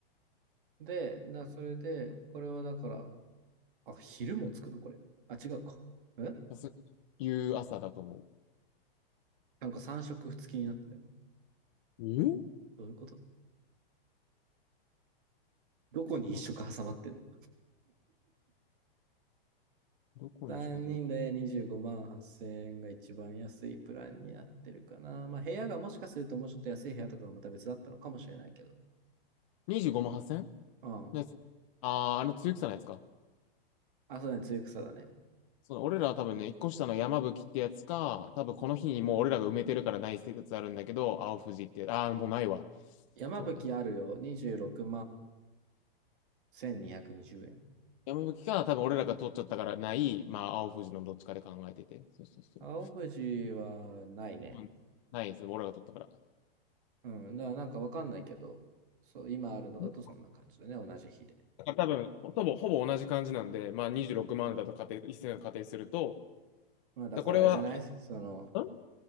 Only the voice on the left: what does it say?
そうい夕朝だと思う。
え
その、どこにしかも。
25万8000
のやつ。あー、あの、つゆくさのやつか。
そう、俺らは多分ね、一個下の山吹ってやつか、多分この日にもう俺らが埋めてるからない説あるんだけど、青富士ってやつ、あー、もうないわ。
そうね。
山吹か、多分俺らが取っちゃったからない、まあ、青富士のどっちかで考えてて。そうそうそう。
うんないですよ、俺らが取ったから。
うん
だから多分、ほぼ、ほぼ同じ感じなんで、まあ26万だと仮定、一斉の仮定すると、
だこれは、ん